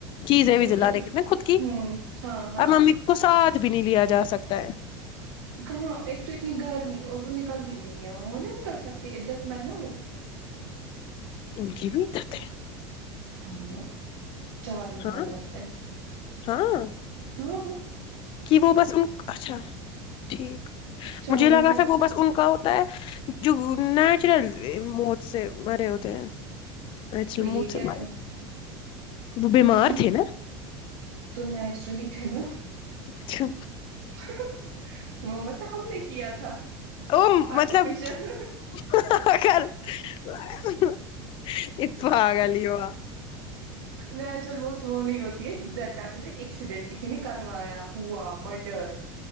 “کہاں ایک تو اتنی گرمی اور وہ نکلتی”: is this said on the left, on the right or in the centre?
Right